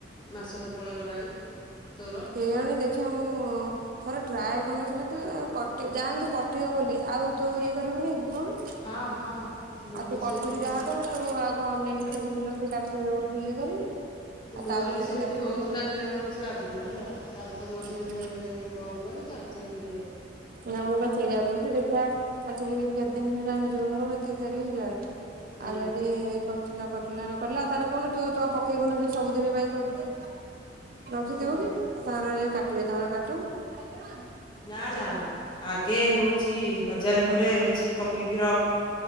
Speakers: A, on the left; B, on the right.
A: ମାସ ତ ପଳେଇଗଲାଣି ତୋରୋ।
B: <unintelligible> ଖେ ମୁଁ ଥରେ ଟ୍ରାଏ କନେ ସିନା ତୁ ଆଉ କଟି ଯାହାହେନେ ତୁ କଟିବ ବୋଲି ଆଉ ତୁ ଇଏ କରିବୁନେଇ କି କୋହୁନୁ।
A: ହଁ ହଁ। ମୁଁ
B: ଆଉ ତୁ
A: ତ
B: କଟୁକୁ
A: ସେଇଥିପାଇଁ
B: ଯାହା କରୁ ତୁ ଆଉ କଁ ଅନେଇକି ଥିବୁ <unintelligible> କାଟିବ ବୋଲି ଇଏ କରିକି। ଆଉ
A: ମୋରୋ
B: ତାପରେ
A: ବି
B: ଯଦି
A: ସେମିତି
B: କାଟିବେ
A: ହୋଉଥୁଲା
B: କାଟିବେ
A: <unintelligible> ହୋଉଛି ଆଗୁରୁ ହେଲା। ତାପରେ ତ ମଝିରେ
B: ହୁଁ
A: ପୁଣିରେ ହେଟା ଯାଇଁକି ବନ୍ଦ କଲି ତାପରେ ଯାଇଁକି ଇଏ ହେଲା।
B: ନା ମୁଁ ବା ସେଇଆ କୋହୁଛି ଦେଖିଆ ଆକ୍ଚୋଲି କେତେ ଦିନ ହେଲାଣି ଜୁନ ରୁ ଏତିକି ତାରିକି ହେଲାଣି। ଆଉ
A: ହୁଁ
B: ଯଦି କରିଚି ନ କଟିଲା ନ କଟିଲା ତାହେଲେ କୋହୁନୁ ତୁ ତ ପକେଇବୁନି ବି ସବୁଦିନ ପାଇଁ କଣ ରଖିଥିବୁ
A: ହୁଁ
B: କି
A: ହୁଁ
B: ଆଉ ତାଙ୍କର <unintelligible> କାଟିବେ ତାଙ୍କର କାଟନ୍ତୁ।
A: ନା ନା ଆଗେ ହୋଉଚି ହଜାରେ ଖଣ୍ଡେ ହୋଉଛି ପକେଇକି ର